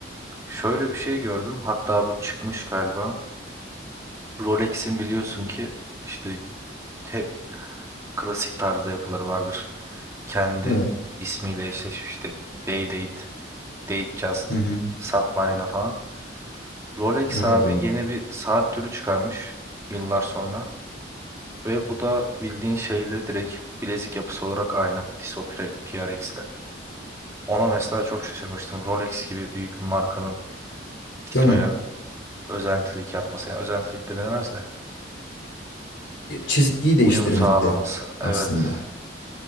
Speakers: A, on the right (about 15°); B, on the left (about 75°).
A: Şöyle bir şey gördüm. Hatta bu çıkmış galiba. Rolex'in biliyorsun ki işte hep klasik tarzda yapıları vardır. Kendi
B: Evet.
A: ismiyle eşleşmiş işte Day-Date, Just,
B: Hı hı.
A: Submarina falan. Rolex
B: Evet
A: abi
B: abi.
A: yeni bir saat türü çıkarmış yıllar sonra. Ve bu da bildiğin şeyle direkt bilezik yapısı olarak aynı Tissot Pre- PRX'le. Ona mesela çok şaşırmıştım. Rolex gibi büyük bir markanın Tissot'a
B: Değil mi?
A: özentilik yapması. Yani özentilik de denemez de.
B: E, Çizgiyi değiştirmesi
A: Uyum sağlaması. Evet.
B: aslında.